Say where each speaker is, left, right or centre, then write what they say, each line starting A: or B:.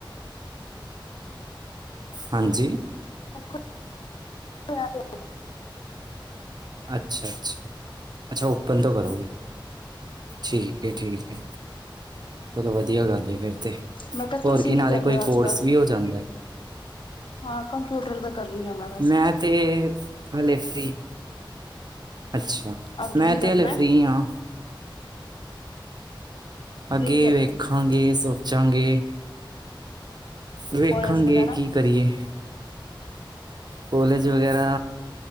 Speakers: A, on the right; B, on the left.
A: ਹਾਂਜੀ।
B: <unintelligible>
A: ਅੱਛਾ-ਅੱਛਾ, ਅੱਛਾ, ਓਪਨ ਤੋਂ ਕਰੋਗੇ? ਠੀਕ ਏ, ਠੀਕ ਏ, ਚਲੋ ਵ ਵਧੀਆ ਗੱਲ ਏ ਫਿਰ ਤੇ,
B: ਮੈਂ ਕਿਹਾ
A: ਹੋਰ
B: ਤੁਸੀਂ
A: ਕੀ ਨਾਲੇ
B: ਕਰ ਰਹੇ
A: ਕੋਈ
B: ਹੋ
A: ਕੋਰਸ
B: ਅੱਜ ਕੱਲ
A: ਵੀ ਹੋ ਜਾਂਦੈ।
B: ਹਾਂ, ਕੰਪਿਊਟਰ ਦਾ ਕਰ ਰਹੀ ਹਾਂ ਮੈਂ ਵੈਸੇ
A: ਮੈਂ ਤੇ, ਹਲੇੇ ਫ੍ਰੀ। ਅੱਛਾ,
B: ਅੱਗੇ
A: ਮੈਂ
B: ਕੀ
A: ਤੇ
B: ਕਰਨਾ
A: ਹਲੇੇ ਫ੍ਰੀ
B: ਹੈ
A: ਆ। ਅੱਗੇ
B: ਕੀ ਕਰਨਾ
A: ਵੇਖਾਂਗੇ,
B: ਤੁਸੀਂ
A: ਸੋ ਚਾਂਗੇ, ਵੇਖਾਂਗੇ
B: ਕੋਲਜ ਵਗੈਰਾ
A: ਕੀ ਕਰੀਏ? ਕੌਲੇਜ ਵਗੈਰਾ।